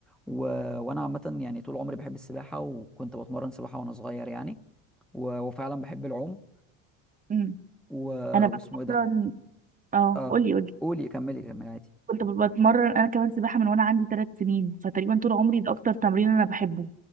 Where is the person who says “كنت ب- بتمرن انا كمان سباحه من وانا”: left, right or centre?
Right